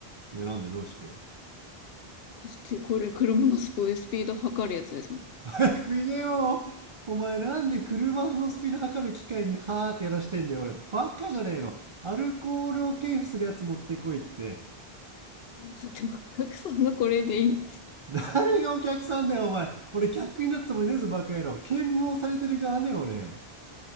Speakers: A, on the right; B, on the left.
A: いやなんでどうして
B: だって、これ車のスピスピード測るやつですもん。
A: 早く言 <laughs> えよお前なんで車のスピード測る機械にはーってやらしてんだよ。俺、バカじゃねえの。アルコールを検査するやつ持ってこいって。
B: だって、お客さんがこれでいいって。
A: 誰がお客さんだよ、お前。俺、客になったつもりねえぞ、バカ野郎。検問されてる側ね、俺。